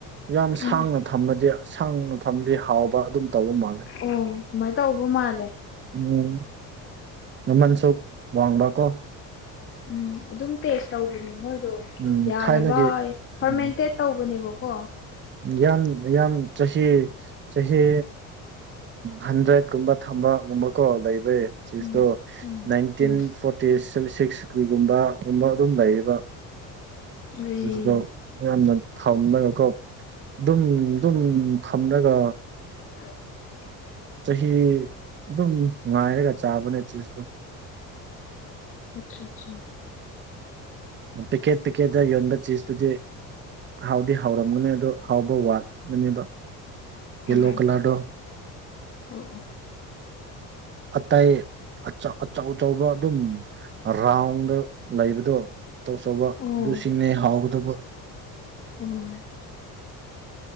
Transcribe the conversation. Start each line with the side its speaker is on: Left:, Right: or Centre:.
Right: ꯌꯥꯝ ꯁꯥꯡꯅ
Left: ꯎꯝ
Right: ꯊꯝꯃꯗꯤ ꯁꯥꯡꯅ ꯊꯝꯗꯤ ꯍꯥꯎꯕ ꯑꯗꯨꯝ ꯇꯧꯕ ꯃꯥꯂꯦ
Left: ꯑꯣ ꯑꯗꯨꯃꯥꯏꯅ ꯇꯧꯕ ꯃꯥꯜꯂꯦ
Right: ꯎꯝ ꯅꯃꯟꯁꯨꯛ ꯋꯥꯡꯕꯥꯀꯣ
Left: ꯎꯝ ꯑꯗꯨꯝ ꯇꯦꯁ ꯇꯧꯕꯅꯦ ꯃꯣꯏꯗꯣ
Right: ꯎꯝ
Left: ꯌꯥꯔꯕ
Right: ꯊꯥꯏꯅꯒꯤ
Left: ꯐꯔꯃꯦꯟꯇꯦꯠ
Right: ꯎꯝ
Left: ꯇꯧꯕꯅꯦꯕ ꯑꯣ
Right: ꯌꯥꯝ ꯌꯥꯝ ꯆꯍꯤ ꯆꯍꯤ ꯍꯟꯗ꯭ꯔꯦꯠꯀꯨꯝꯕ ꯊ ꯨꯝꯕ ꯀꯣ ꯂꯩꯕ ꯁꯤꯇ
Left: ꯎꯝ ꯎꯝ
Right: ꯅꯥꯏꯟꯇꯤꯟ
Left: ꯎꯝ
Right: ꯐꯣꯔꯇ ꯁ ꯁꯤꯛꯁ ꯀ꯭ꯔꯤꯒꯨꯝꯕꯒꯨꯝꯕ ꯑꯗꯨꯝ ꯂꯩꯌꯦꯕ
Left: ꯑꯠꯆꯥ
Right: ꯑꯗꯨꯗꯣ ꯃꯌꯥꯝꯅ ꯊꯝꯃꯒꯀꯣ ꯑꯗꯨꯝ ꯑꯗꯨꯝ ꯊꯝꯂꯒ
Left: <unintelligible>
Right: ꯆꯍꯤ ꯑꯗꯨꯝ ꯉꯉꯥꯏꯔꯒ ꯆꯥꯕꯅꯦ ꯆꯖꯇꯨ
Left: ꯑꯆꯥ ꯑꯆꯥ
Right: ꯄꯦꯛꯀꯦꯠ ꯄꯦꯛꯀꯦꯠꯇ ꯌꯣꯟꯕ ꯆꯖꯇꯨꯗꯤ ꯍꯥꯎꯗꯤ ꯍꯥꯎꯔꯝꯒꯅꯤ ꯑꯗꯨ ꯍꯥꯎꯕ ꯋꯥꯠ ꯑꯗ ꯌꯦꯜꯂꯣ
Left: ꯑꯣ
Right: ꯀꯂꯔꯗꯣ
Left: ꯑꯣ
Right: ꯑꯇꯩꯥꯏ ꯑꯆꯥꯎ ꯑ ꯆꯥꯎꯧꯕ ꯑꯗꯨꯝ ꯔꯥꯎꯟꯗ ꯂꯩꯕꯗꯣ ꯑꯆꯧ ꯑꯆꯧꯕ
Left: ꯑꯣ ꯑꯣ
Right: ꯑꯗꯨꯁꯤꯡꯅꯦ ꯍꯥꯎꯒꯗꯕ
Left: ꯑꯣ